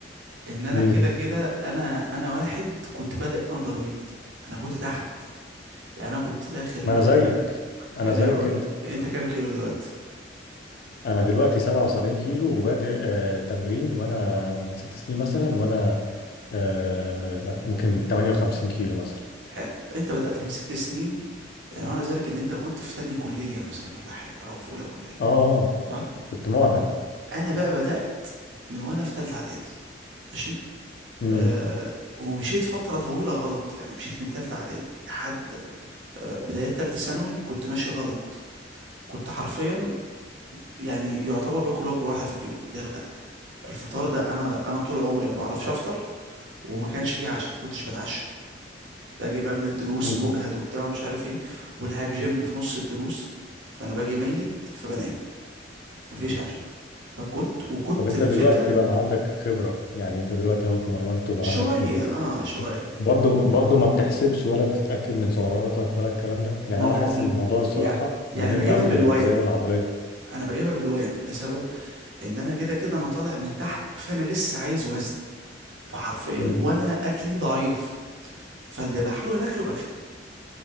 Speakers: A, on the right (about 75°); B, on the left (about 55°).
A: ان انا
B: امم
A: كده كده انا انا واحد كنت بادئ اندر ويت انا كنت تحت يعني انا كنت داخل
B: ما انا زيك انا
A: يعني
B: زيك
A: اقول
B: جدا
A: انت كام كيلو دلوقتي
B: انا دلوقتي 77 كيلو وبادئ آه تمرين وانا من ست سنين مثلا وانا آه ممكن 58 كيلو مثلا
A: حلو انت بدأت من ست سنين يعني معنى ذلك ان انت كنت في تانية كلية مثلا ولا حاجة او في اولى كلية
B: اه آه،
A: صح
B: كنت معدم
A: انا بقى بدأت من وانا في تالتة اعدادي ماشي
B: امم
A: آه ومشيت فترة طويلة غلط يعني مشيت من تالتة اعدادي لحد آه، بداية تالتة ثانوي كنت ماشي غلط كنت حرفيا يعني يعتبر باكل وجبة واحدة في اليوم اللي هي الغدا الفطار ده أنا أنا طول عمري ما بعرفش أفطر وما كانش فيه عشاء ما كنتش بتعشى باجي بقى من الدروس
B: امم
A: مجهد وبتاع ومش عارف إيه والعب جيم في نص الدروس فأنا باجي ميت فبنام مفيش عشاء فكنت وكنت
B: طب انت
A: الفكرة
B: دلوقتي بقى ما عندك خبرة يعني انت دلوقتي اهو اتمرنت وبقى
A: شوية
B: عندك خبرة
A: آه شوية
B: برضو برضو ما بتحسبش ولا بتتأكد من سعراتك ولا الكلام ده يعني
A: ما
B: انا
A: هو
B: حاسس
A: ال-
B: ان الموضوع ده الصراحة
A: يع- يعني
B: مهم
A: بجيبها
B: قوي
A: بالويم
B: للزيادة العضلية
A: أنا بجيبها بالويم لسبب إن أنا كده كده أنا طالع من تحت فأنا لسه عايز وزن فحرفيا
B: امم
A: وانا اكلي ضعيف فاللي بحاول اكله باكله